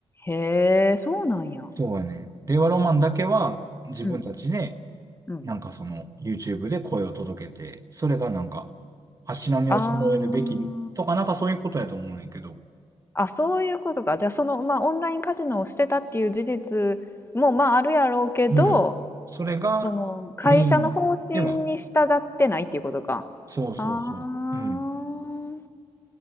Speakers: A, on the left; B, on the right.
A: へえ、そうなんや。
B: そうやね。令和ロマンだけは自分たちで、
A: うん。うん。
B: なんかその、YouTube で声を届けて、それがなんか、足並みを揃えるべきとか、
A: ああ。
B: なんかそういうことやと思うねんけど。
A: あ、そういうことか。じゃあその、まあ、オンラインカジノをしてたっていう事実も、まあ、あるやろうけど、
B: うん。それがメインでは、
A: その会社の方針に従ってないっていうことか。
B: そうそうそう。
A: ああ、
B: うん。